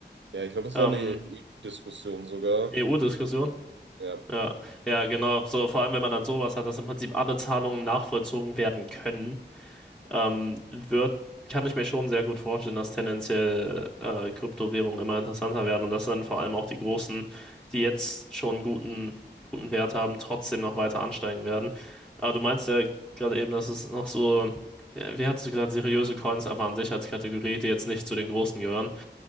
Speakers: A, on the right; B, in the centre.
A: Ja, ich glaube, das
B: Ähm,
A: war eine EU-Diskussion sogar.
B: EU-Diskussion?
A: Ja.
B: Ja, ja, genau. So, vor allem, wenn man dann sowas hat, dass im Prinzip alle Zahlungen nachvollzogen werden können, ähm, wird, kann ich mir schon sehr gut vorstellen, dass tendenziell äh, Kryptowährungen immer interessanter werden und dass dann vor allem auch die großen, die jetzt schon guten, guten Wert haben, trotzdem noch weiter ansteigen werden. Aber du meinst ja gerade eben, dass es noch so, ja, wie hattest du gesagt, seriöse Coins einfach an sich als Kategorie, die jetzt nicht zu den großen gehören.